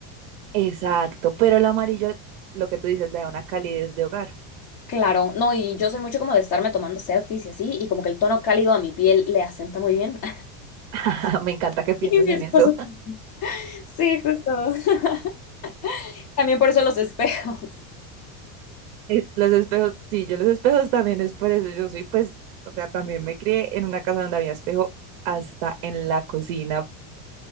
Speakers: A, on the right; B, on the left.
A: Exacto, pero el amarillo, lo que tú dices, le da una calidez de hogar.
B: Claro, no, y yo soy mucho como de estarme tomando selfies y así, y como que el tono cálido a mi piel le asienta muy bien. <laughs>
A: <laughs> Me encanta que pienses
B: Y mi
A: en
B: esposo,
A: eso.
B: sí, justo. <laughs> También por eso los espejos.
A: Eh, Los espejos, sí, yo los espejos también es por eso. Yo soy, pues, o sea, también me crié en una casa donde había espejo hasta en la cocina